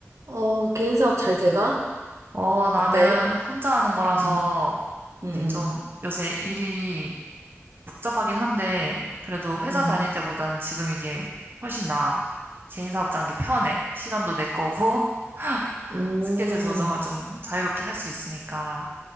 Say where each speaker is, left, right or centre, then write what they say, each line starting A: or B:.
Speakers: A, on the right; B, on the right.
A: 어, 개인 사업 잘 돼가?
B: 어, 나는
A: 어때?
B: 혼자 하는 거라서
A: 응, 응, 응,
B: 이게 좀 요새 일이 복잡하긴 한데 그래도 회사
A: 응,
B: 다닐 때보다는 지금 이게 훨씬 나아. 개인 사업자인 게 편해. 시간도 내 거고 <laughs>
A: 응.
B: 스케줄 조정을
A: 음,
B: 좀 자유롭게 할 수 있으니까.